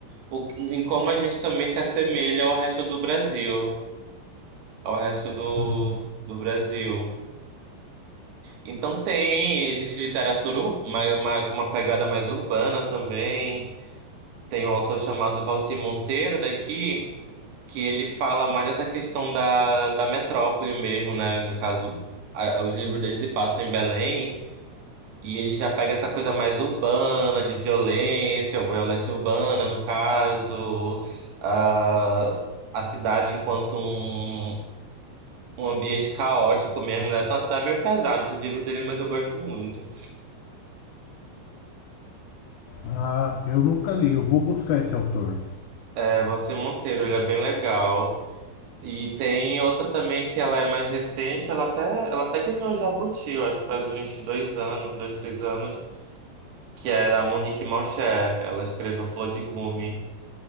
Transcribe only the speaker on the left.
Uhum.
Ah, eu nunca li, eu vou buscar esse autor.